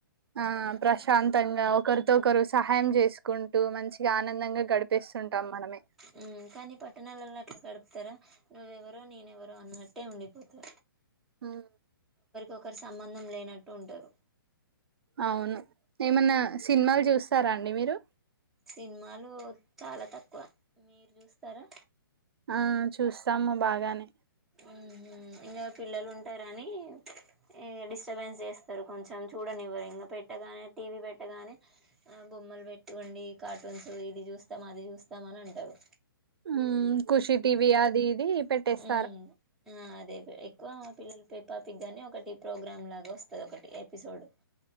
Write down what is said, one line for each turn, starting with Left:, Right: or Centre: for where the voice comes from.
Right: ఆ ప్రశాంతంగ ఒకరు ఒకరు సహాయం చేసుకుంటూ మంచిగా ఆనందంగా గడిపేస్తుంటాం మనమే
Centre: హ్మ్ కానీ పట్టణాలలో అట్ల గడుపుతారా నువ ఎవ నువ్ ఎవరో నేన్ వరో అన్నట్టే ఉండిపోత తే
Right: హ్మ్
Centre: ఒకరు సంబంధం లేనట్టు ఉంటారు
Right: అవును ఏమన్నా సినిమాలు చూస్ స్తారా అండి మీరు
Centre: సినిమాలు చాలా తక్కువ మీరు చూస్తారా
Right: ఆ చూస్తాము బాగానే
Centre: మ్ హ్మ్ మ్మ్ ఇంగా పిల్లలు ఉంటారని యే డిస్టర్బెన్స్ చేస్తారు, కొంచెం చూడనివ్వరు ఇంగ పెట్టగానే టీవీ పెట్టగానే ఆ బొమ్మలు పెట్టు అండి కార్టూన్స్ ఇది చూస్తాం, అది చూస్తాం అని అంటరు.
Right: మ్మ్ ఖుషి టీవి అది ఇది పెట్టేస్
Centre: మ్మ్ ఆ ఆ అదే అదే ఎక్కువ పిల్లల పేపాపిక్ గాని ఒకటి ప్రోగ్రామ్ లాగా వస్తుంది ఒకటి ఎపిసోడ్